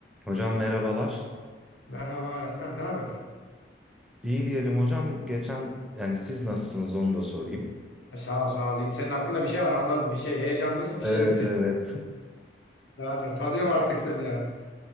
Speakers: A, in the centre; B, on the left (about 70°).
A: Hocam merhabalar.
B: Merhaba Erkan, ne haber?
A: İyi diyelim hocam. Geçen yani siz nasılsınız onu da sorayım.
B: E, Sağ ol, sağ olayım. Senin aklında bir şey var, anladım. Bir şey heyecanlısın, bir
A: Evet
B: şey. <laughs>
A: evet.
B: Yani
A: <laughs>
B: tanıyorum artık seni yani.